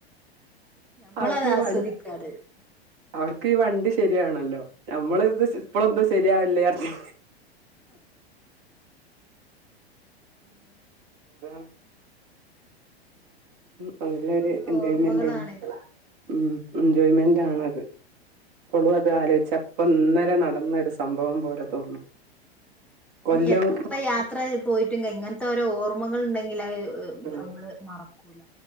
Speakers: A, in the centre; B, on the right.
A: ഞമ്മളത്
B: അവർക്ക് ഈ
A: ആസ്വദിക്കാണ്
B: വൺ അവർക്ക് ഈ വണ്ടി ശരിയാവണല്ലോ നമ്മൾ ഇത് ഇപ്പളൊന്നും ശരിയാവല്ലേർഞ്
A: അങ്ങനെ
B: <unintelligible> നല്ലൊരു
A: ഓരോ
B: എൻജോയമെന്റയ്നു
A: ഓർമ്മകളാണ്
B: ഉം എൻജോയ്മെന്റാണത് ഇപ്പളു അത് ആലോചിച്ച പ്പൊ ഇന്നലെ നടന്നൊരു സംഭവം പോലെ തോന്നും
A: ഇനി
B: കൊല്ലം
A: എത്രയാ അത്ര പോയിട്ട്ങ്കെ ഇങ്ങനത്തെ ഓരോ ഓർമ്മകൾ ഇണ്ടെങ്കിൽ
B: ഉം
A: നമ്മള് മറക്കൂല